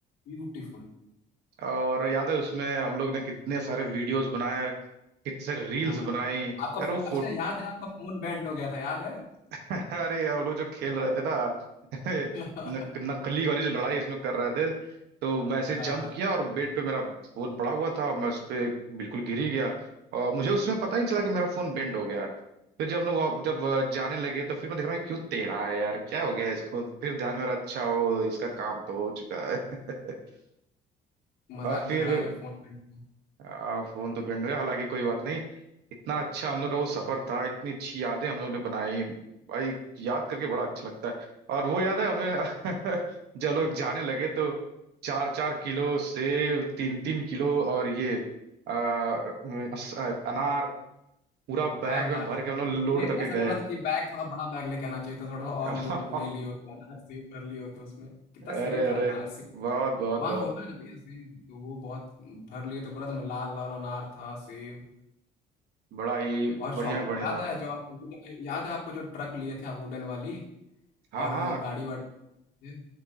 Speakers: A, on the left (about 70°); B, on the right (about 75°).
A: ब्यूटीफुल
B: और याद है उसमें हम लोग ने कितने सारे वीडियोस बनाए कितने सारे रील्स
A: हाँ
B: बनाई यार
A: आपका फोन
B: वो फोटो
A: अच्छा याद है आपका फोन बैंड हो गया था याद है
B: <laughs> अरे यार वो लोग जो खेल रहे थे ना <laughs>
A: <laughs>
B: नक, नकली वाली जो लड़ाई उसमें कर रहे थे तो मैं ऐसे
A: हाँ
B: जंप किया और बेड पे मेरा फोन पड़ा हुआ था मैं उस पे बिल्कुल गिर ही गया और मुझे उसमें पता ही नहीं चला कि मेरा फोन बेंड हो गया है फिर जब लोग वहाँ- जब अ, जाने लगे तो फिर मैं देख रहा हूँ ये क्यों टेढ़ा है यार क्या हो गया है इसको फिर ध्यान में आ रहा अच्छा हो इसका काम तो हो चुका है <laughs>
A: मजाक
B: और फिर
A: की लड़ाई में फोन करना
B: आ, फोन तो बैंड हो गया हालांकि कोई बात नहीं इतना अच्छा हम लोग का वो सफर था इतनी अच्छी यादें हम लोग ने बनाई भाई याद करके बड़ा अच्छा लगता है और वो याद है हमें <laughs> जब लोग जाने लगे तो चार चार किलो सेब तीन तीन किलो और ये आ, अस- अनार पूरा बैग
A: हाँ हाँ
B: में भर के हम लोग
A: फिर
B: लोड
A: ये
B: करके
A: ऐसा
B: गए
A: लग रहा था कि बैग थोड़ा बड़ा बैग लेके आना चाहिए था थोड़ा सा और
B: <laughs>
A: लोड ले लियो तो अनाज सेब भर लियो तो उसमें कितना सही
B: अरे
A: था
B: अरे
A: अनाज सेब
B: बहुत बहुत
A: वहाँ
B: बहुत
A: होता है ना भैया सेब तो वो बहुत भर लिए तो पूरा तो लाल लाल अनार था सेब
B: बड़ा ही
A: और
B: बढ़िया
A: शॉपिंग
B: बढ़िया
A: याद
B: था
A: है जो आप वुडन- याद है आपको जो ट्रक लिए थे आप वुडन वाली
B: हाँ
A: और
B: हाँ
A: गाड़ी वाड़ी ये